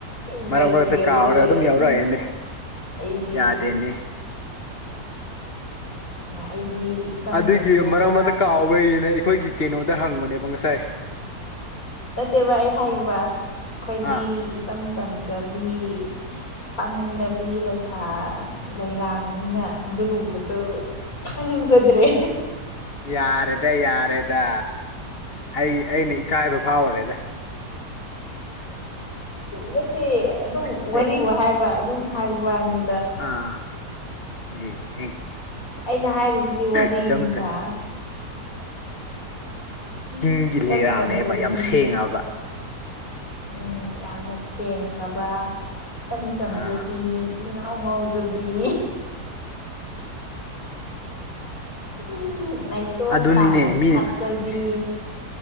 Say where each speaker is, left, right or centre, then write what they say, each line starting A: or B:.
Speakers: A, on the left; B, on the left.
A: ꯏꯪꯒ꯭ꯔꯥꯖꯤꯒ
B: ꯃꯔꯛ ꯃꯔꯛꯇ ꯀꯥꯎꯔꯒ
A: ꯂꯣꯜꯂꯛꯑꯦ
B: ꯑꯗꯨꯝ ꯌꯥꯎꯔꯛꯑꯦꯅꯦ
A: ꯑꯩꯗꯤ
B: ꯌꯥꯗꯦꯅꯦ
A: ꯑꯩꯗꯤ ꯏꯆꯝ
B: ꯑꯗꯨꯒꯤ
A: ꯆꯝꯖꯕ
B: ꯃꯔꯛ ꯃꯔ ꯀꯥꯎꯕꯅ ꯑꯩꯈꯣꯏꯒꯤ ꯀꯩꯅꯣꯗ ꯍꯪꯕꯅꯦꯕ ꯉꯁꯥꯏ
A: ꯅꯠꯇꯦꯕ ꯑꯩ ꯍꯥꯏꯦꯕ ꯑꯩꯈꯣꯏꯗꯤ
B: ꯑꯥ
A: ꯏꯆꯝ ꯆꯝꯖꯕꯤ ꯄꯪꯂꯕꯤ ꯂꯩꯁꯥ ꯂꯩꯔꯥꯡꯅꯤꯅ ꯑꯗꯨꯒꯨꯝꯕꯗꯨꯣ ꯈꯪꯖꯗ꯭ꯔꯦ
B: ꯌꯥꯔꯦꯗ ꯌꯥꯔꯦꯗ ꯑꯩ ꯑꯩꯅ ꯏꯀꯥꯏꯕ ꯐꯥꯎꯔꯦꯗ
A: ꯅꯠꯇꯦ ꯑꯗꯨꯝ ꯋꯥꯔꯤ
B: ꯑꯩ
A: ꯋꯥ ꯍꯥꯏꯕ ꯑꯗꯨꯝ ꯍꯥꯏꯕ ꯋꯥꯅꯤ
B: ꯑꯥ ꯑꯥ
A: ꯑꯩꯅ ꯍꯥꯏꯔꯤꯁꯤꯗꯤ ꯋꯥꯔꯤꯅꯤꯗ
B: ꯏ ꯆꯃꯁ
A: ꯏ
B: ꯆꯤꯡꯒꯤ
A: ꯏꯆꯝ
B: ꯂꯩꯔꯥꯡꯅꯦꯕ
A: ꯆꯝꯖꯕꯤ
B: ꯌꯥꯝ ꯁꯦꯡꯉꯕ
A: ꯎꯝ ꯌꯥꯝꯅ ꯁꯦꯡꯈ꯭ꯔꯕ ꯏꯆꯝ ꯆꯝꯖꯕꯤꯪ
B: ꯑꯥ
A: ꯉꯥꯎ ꯉꯖꯕꯤ ꯎ ꯅꯥꯇꯣꯝ
B: ꯑꯗꯨꯅꯤꯅꯦ
A: ꯇꯥꯅ
B: ꯃꯤ
A: ꯁꯥꯠꯆꯕꯤ